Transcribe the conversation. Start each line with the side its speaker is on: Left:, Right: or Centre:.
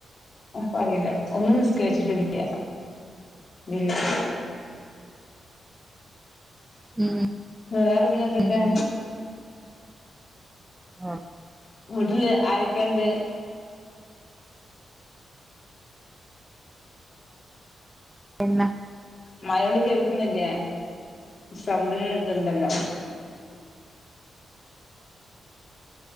Left: പറയില്ല ഒന്ന് നിസ്കരിച്ചിട്ട് ഇല്യ ബില്ല് <inaudible>
Right: ഉം
Left: വേറെ പിന്നെന്തൊക്കെ
Right: ഉം ആഹ്‌
Left: വീട്ടില് ആരൊക്കെ ണ്ട്
Right: പിന്നെ
Left: മയോടണ്ട് കേൾക്ക്‌ണില്ല്യേ സൗണ്ട് കേൾക്ക്ണ്ടല്ലോ